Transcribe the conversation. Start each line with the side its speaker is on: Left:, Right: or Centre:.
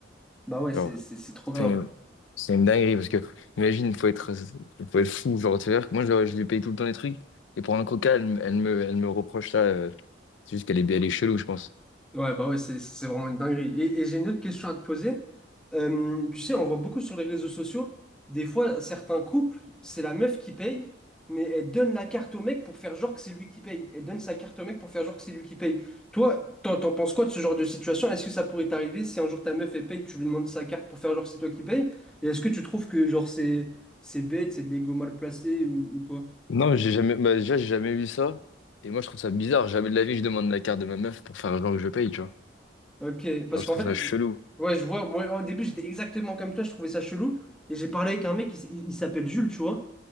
Centre: Bah ouais, c'est
Left: Genre,
Centre: c'est- c'est trop grave.
Left: c'est une, c'est une dinguerie parce que, imagine, faut être, faut être fou. Genre, tu veux dire que moi, je, je lui paye tout le temps les trucs et pour un coca, elle, me, elle me elle me reproche ça. euh, c'est juste qu'elle est, elle est chelou, je pense.
Centre: Ouais, bah ouais, c'est c'est vraiment une dinguerie. Et, et j'ai une autre question à te poser. Euh, tu sais, on voit beaucoup sur les réseaux sociaux, des fois, certains couples, c'est la meuf qui paye, mais elle donne la carte au mec pour faire genre que c'est lui qui paye. Elle donne sa carte au mec pour faire genre que c'est lui qui paye. Toi, t'en t'en penses quoi de ce genre de situation? Est-ce que ça pourrait t'arriver si un jour ta meuf, elle paye, tu lui demandes sa carte pour faire genre que c'est toi qui paye? Et est-ce que tu trouves que genre c'est c'est bête, c'est de l'ego mal placé ou, ou quoi?
Left: Non, mais j'ai jamais, bah, déjà, j'ai jamais vu ça. Et moi, je trouve ça bizarre. Jamais de la vie, je demande la carte de ma meuf pour faire genre que je paye, tu vois.
Centre: Ok, parce
Left: Genre, je
Centre: qu'en
Left: trouve
Centre: fait,
Left: ça chelou.
Centre: ouais, je vois, moi au début j'étais exactement comme toi, je trouvais ça chelou, et j'ai parlé avec un mec, il, s- il- il s'appelle Jules, tu vois,